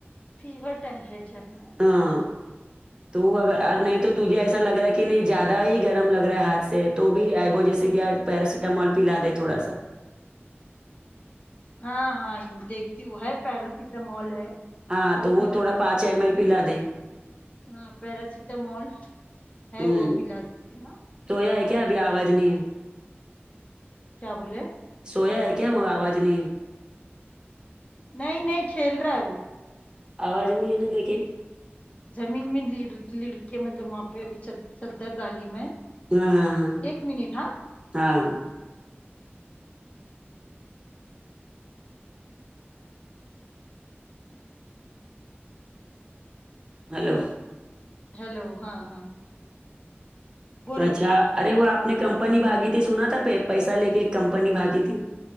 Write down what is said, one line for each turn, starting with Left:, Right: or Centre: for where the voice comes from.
Left: فیور ٹمپریچر نا
Right: ہاں تو اگر اور نہیں تو تجھے ایسا لگ رہا ہے کہ نہیں زیادہ ہی گرم لگ رہا ہے ہاتھ سے تو بھی ایبو جیسے کہیار پیراٹامال پیلا دے تھوڑا سا
Left: ہاں ہاں دیکھتی ہوں ہے پیراسیٹامول ہے
Right: ہاں تو وہ
Left: پلا
Right: تھوڑا
Left: دی
Right: پانچ ایم ایل پلا دیں
Left: ہاں پیراسیٹامول ہے
Right: ہ
Left: وہ پلا دونگی نہ
Right: سویا ہے کیا ابھی آواز نہیں ہے
Left: کیا بولے
Right: سویا ہے کیا وہ آواز نہیں ہے
Left: نہیں نہیں کھیل رہا ہے وہ
Right: آواز نہیں ہے نا لیکن
Left: زمین میں لڑ لڑ کے مطلب وہاں پہ ابھی چد چددر دالی میں
Right: ہاں ہاں ہاں
Left: ایک منٹ ہاں
Right: ہاں ہاں ہیلو
Left: ہیلو ہاں ہاں بولو
Right: اچھا ارے وہ آپ نے کمپنی باگی تھی سنا تھا پیسہ لے کے ایک کمپنی بھاگی تھی